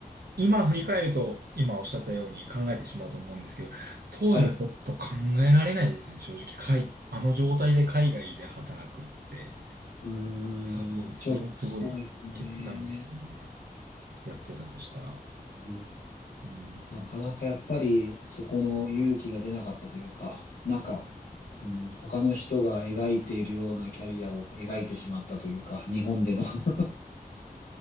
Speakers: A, on the right; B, on the left.
A: 今振り返ると、今おっしゃったように考えてしまうと思うんですけど、当時はちょっと考えられないですよね。
B: はい。
A: 正直、海あの状態で海外で働くって、
B: うーん、
A: 多分、それはすごい決断ですよね。
B: ちょっとそうですね。
A: やってたとしたら。
B: うん。
A: うん。
B: なかなかやっぱりそこの勇気が出なかったというか、なんか、
A: うん。
B: うん、他の人が描いているようなキャリアを描いてしまったというか、日本での。<laughs>